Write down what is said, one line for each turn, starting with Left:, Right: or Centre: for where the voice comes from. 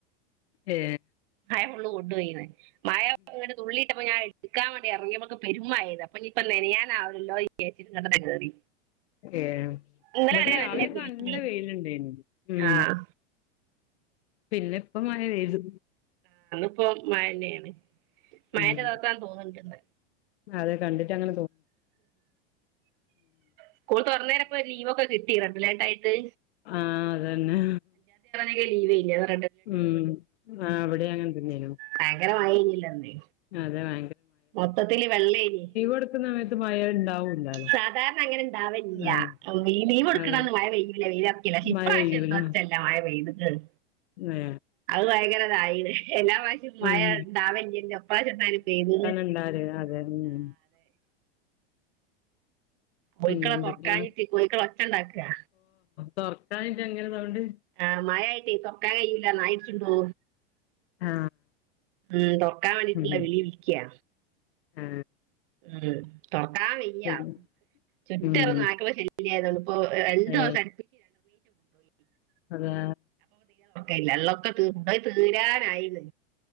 Left: ഏ
Right: എ ഫുള് കൊണ്ടോയിണ് മഴ ഇങ്ങനെ തുള്ളിട്ടപ്പം ഞൻ ട്ക്കാൻ വേണ്ടി ഇറങ്ങ്യപ്പക്ക് പെരും മയയ്ത് അപ്പഞ് ഇപ്പോ നനയാനാവുല്ലല്ലോയാർച് ഇങ്ങേട്ടേനെ കേറി
Left: ഏ
Right: ഇന്നലെ
Left: ഇവിടെ
Right: വരെ
Left: രാവിലെക്കെ
Right: വെയിലേനി
Left: നല്ല വെയില്ണ്ടായിനി ഉം
Right: ആഹ്
Left: പിന്നെ ഇപ്പ മഴ പെയ്തു
Right: ഇപ്പ മഴ പെയ്ന്നുന്നു മഴയൊക്കെ
Left: ഉം
Right: റെദ് ആകുവോ കണ്ടിട്ട്
Left: അതെ കണ്ടട്ട് അങ്ങ
Right: സ്കൂൾ തൊർന്നേര ഇപ്പൊ ലീവൊക്കെ കിട്ടി രണ്ട് ഇല്ലാണ്ടായിട്ട്
Left: ആ അതന്നെ
Right: ലീ വേനി താ
Left: ഉം ആ ഇ വിടെ അങ്ങനെ തന്നെയ് നു
Right: ഭയങ്കര മഴയില്ല അന്ന്
Left: അതെ വാ
Right: മൊത്തത്തില് വെള്ളേനി
Left: എടുക്കുന്ന സമയത്ത് മഴ ഉണ്ടാവൂല്ലാലോ
Right: സാധാരണ അങ്ങനെണ്ടാവില്ല്യ
Left: ആ
Right: ഈ ലീവ്എടുക്കണന്ന്
Left: അതെ
Right: മഴ പെയ്യുല്ല വൈലർകല ഇപ്രാശ്യം
Left: മഴ പെയ്യൂല
Right: എന്താ ച്ചല്ല മഴ പെയ്ത് ഉം
Left: ഏ
Right: ഭയങ്കര <unintelligible> എല്ലാ പഷ്യോം മയ
Left: ഉം
Right: ഉണ്ടാവലില്ലലോ ഇപശ്യം എന്തലും പെയ്ത്
Left: ണ്ടാര് അതെ ഉം
Right: കോയ്ക്കളെ
Left: പിന്നെ എന്തൊക്കെയാണ്
Right: തൊറക്കാഞ്ഞിട്ട് കോയ്ക്കള് ഒച്ചണ്ടാക്കാ
Left: തൊർക്കാനിട്ട്ങ്ങനെസൗണ്ട്
Right: ആ മയയിട്ടേ തൊർക്കാൻ കയൂല്ല നായിട്ട്ടുണ്ടു
Left: ആ
Right: ഉം തോറക്കാൻ വേണ്ടിട്ടുള്ള
Left: ഉം
Right: വിളി വിളിക്കാ
Left: ആ
Right: ഉം തൊ അ വയ്യ
Left: പിന്നെ
Right: ചുറ്റ
Left: ഉം
Right: റും നായികളെ ശല്യയതോണ്ട് ഓ <unintelligible> <unintelligible> <unintelligible> <unintelligible> വെള്ളതൊകെ
Left: ഏ അതാ
Right: <unintelligible> തീ തീരാനായീണ്